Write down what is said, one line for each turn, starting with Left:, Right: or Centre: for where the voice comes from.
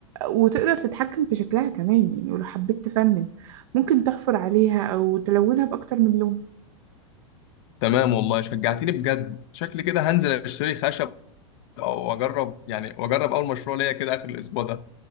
Right: وتقدر تتحكم في شكلها كمان يعني ولو حبيت تفنن ممكن تحفر عليها أو تلونها بأكتر من لون
Left: تمام والله شجعتيني بجد شكلي كده هنزل أشتري خشب أو أجرب يعني وأجرب أول مشروع ليا كده آخر الأسبوع ده